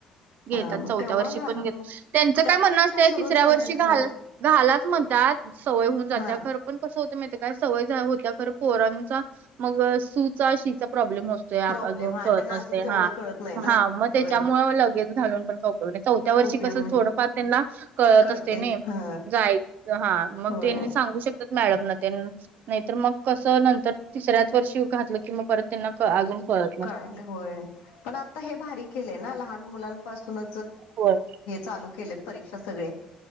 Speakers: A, on the right; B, on the left.
A: घेतात
B: हा मग
A: चौथ्या
B: तेव्हा
A: वर्षी
B: घालून
A: पण घेत
B: मग
A: त्यांच
B: त्या
A: पन्नास
B: परीक्षा सुरू
A: तिसऱ्या
B: झाल्यात
A: वर्षी घ
B: हं
A: घालाच म्हणतात सवय होऊन जात
B: हा
A: पण कस होत मा काय सवय होत खर पोरांचा मग सूचा शीचा प्रॉब्ले
B: प्रॉब्लेम
A: अजून
B: हा
A: करत
B: त्यांना
A: मते
B: अजून तेवढं
A: हा
B: कळत नाही ना
A: हा मग त्याच्यामु
B: होय
A: लगेच घालून पण चौ वर्ष
B: उपयोग
A: कस
B: नाही
A: थोडंफार त्यांना कळत
B: कळते
A: असते
B: हा
A: जाय हा मग
B: होय
A: त्यांनी सांगू शक मॅडम ना नाहीतर मग कस नंतर तिसऱ्याच वर्षी घातलं की मग परत त्यांना अजून परत
B: कळायल तर होय पण आता हे भारी केलेय ना लहान मुलां पाून
A: होय.
B: चालू केले परीक्षा सगळे